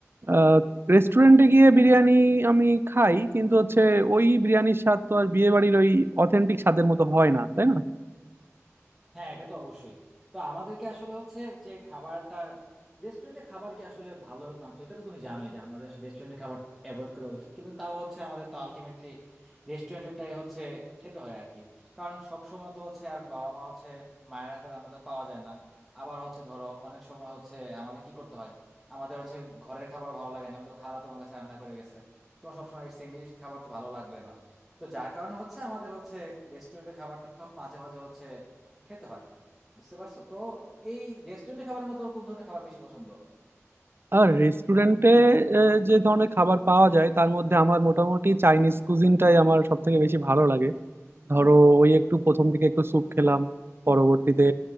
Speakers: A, on the right; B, in the centre.
A: আহ, রেস্টুরেন্টে গিয়ে বিরিয়ানি আমি খাই কিন্তু হচ্ছে ওই বিরিয়ানির স্বাদ তো আর বিয়ে বাড়ির ওই অথেন্টিক স্বাদের মতো হয় না তাই না
B: হ্যাঁ এটা তো অবশ্যই তো আমাদেরকে আসলে হচ্ছে যে খাবারটা রেস্টুরেন্টে খাবার কি আসলে ভালো না তো এটা তো তুমি জানোই যে আমাদের আসলে রেস্টুরেন্টে খাবার অ্যাভয়েড করা উচিত কিন্তু তাও হচ্ছে আমাদের তো আলটিমেটলি রেস্টুরেন্টেরটাই হচ্ছে খেতে হয় আর কি কারণ সব সময় তো হচ্ছে আর বাবা মা হচ্ছে মায়ের হাতে রান্না তো পাওয়া যায় না আবার হচ্ছে ধরো অনেক সময় হচ্ছে আমাদের কি করতে হয় আমাদের হচ্ছে ঘরের খাবার ভালো লাগে না। যেমন তো খালা তোমার কাছে রান্না করে গেছে তোমার সবসময় সেম জিনিস খাবার তো ভালো লাগবে না তো যার কারণে হচ্ছে আমাদের হচ্ছে রেস্টুরেন্টের খাবারটা মাঝে মাঝে হচ্ছে খেতে হয় বুঝতে পারছো তো এই রেস্টুরেন্টে খাবারের মতো ওর কোন ধরনের খাবার বেশি পছন্দ
A: আর রেস্টুরেন্টে যে ধরনের খাবার পাওয়া যায় তার মধ্যে আমার মোটামুটি চাইনিজ কুজিনটাই আমার সব থেকে বেশি ভালো লাগে ধরো ওই একটু প্রথম দিকে একটু স্যুপ খেলাম পরবর্তীতে